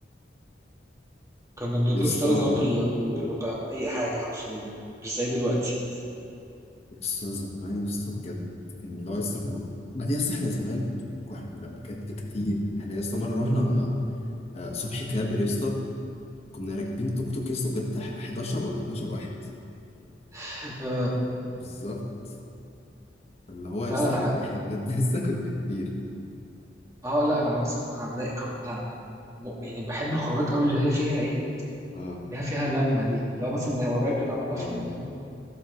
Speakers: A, on the right; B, on the left.
A: كنا بنتبسط
B: يا اسطى
A: قوي زمان بال... بال...
B: قول
A: بال... بأي حاجه حرفيا مش زي دلوقتي
B: يا اسطى زمان يا اسطى بجد كان اللي هو يا اسطى لما بعدين يا اسطى احنا زمان كنا بجد كتير احنا يا اسطى مره
A: امم
B: رحنا آه، صبحي كابر يا اسطى كنا راكبين توك توك يا اسطى بجد 11 ولا 12 واحد
A: <laughs> آه
B: بالظبط اللي هو يا
A: لا
B: اسطى
A: انا بحب
B: احنا احنا بجد <laughs> لسه كنا كتير
A: اه لا انا اصلا كنت انا بداية كنت أنا م- يعني بحب الخروجات قوي اللي هي فيها ايه
B: اه
A: ليها فيها لمة دي لو مثلا زي ما قريب كده عملنا
B: اه
A: في رمضان